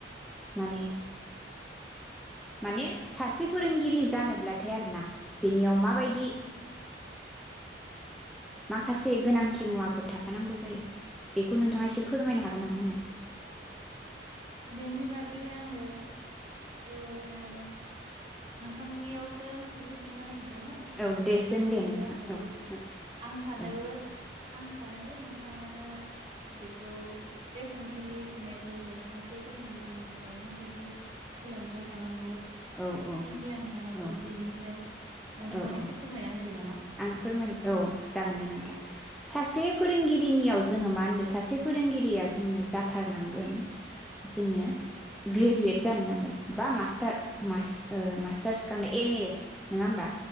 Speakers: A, in the centre; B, on the right (about 30°).
A: माने माने सासे फोरोंगिरि जानोब्लाथाय आरो ना बेनियाव माबायदि
B: औ
A: माखासे गोनांथि मुवाफोर थाफानांगौ जायो। बेखौ नोंथाङा एसे
B: औ
A: फोरमायनो हागोन नामा आंनो।
B: बेनि बागै आङो ओन नोंथांनियावसो सोंलु सोंनो नागिद दोंमोन
A: आंनो औ दे
B: बेनिखायनो
A: सों दे नोंथां
B: हायोब
A: औ सों
B: आं सानो
A: औ
B: आं सानोदि नोंथाङनो बेखौ बे सोंथिनि फिननायखौ जे सासे फोरोंगिरिनि थाखाय माबायदि सोलोंथाइ थानांगो
A: औ औ
B: गियान थानांगौ
A: औ
B: बेनि सायाव नोंथाङा
A: औ औ
B: इसे फोरमायना होद दो नामा?
A: आं फोरमायनो औ जागोन दे नोंथां। सासे फोरोंगिरिनियाव जोङो मा होनदों सासे फोरोंगिरिया जोंनो जाथारनांगोन जोंनो ग्रेजुयेट जानो नांगोन बा मास्टार ओ मास्टारस खालामनाय एम ए नोङा ओमबा